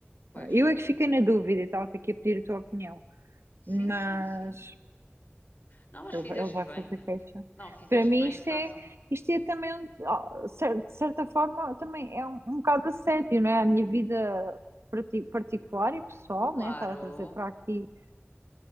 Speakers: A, on the left; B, on the right.
A: pois.
B: ah, Eu é que fiquei na dúvida e estava-te aqui a pedir a tua opinião,
A: Sim,
B: mas
A: sim, sim. Não, mas
B: ele,
A: fizeste
B: vai ele vai
A: bem.
B: fazer queixa.
A: Não, fizeste
B: Para mim,
A: bem,
B: isto
A: façam.
B: é, isto é também, um- ah, cer- de certa forma, também é um, um bocado assédio, não é? A minha vida parti- particular e pessoal,
A: Claro,
B: né? Estar a trazer para aqui,